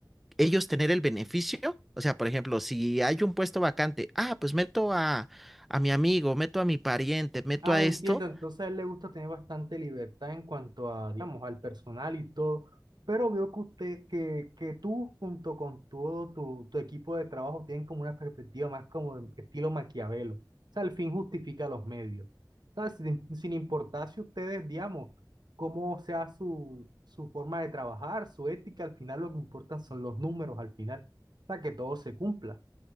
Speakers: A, in the centre; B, on the right.
A: ellos tener el beneficio. O sea, por ejemplo, si hay un puesto vacante, ah, pues meto a, a mi amigo, meto a mi pariente, meto
B: Ah,
A: a esto
B: entiendo. Entonces a él le gusta tener bastante libertad en cuanto a, digamos, al personal y todo. Pero veo que usted, que, que tú junto con todo tu, tu equipo de trabajo tienen como una perspectiva más como de estilo Maquiavelo. O sea, el fin justifica los medios. O sea, sin, sin importar si ustedes, digamos, cómo sea su, su forma de trabajar, su ética, al final lo que importa son los números al final. O sea, que todo se cumpla.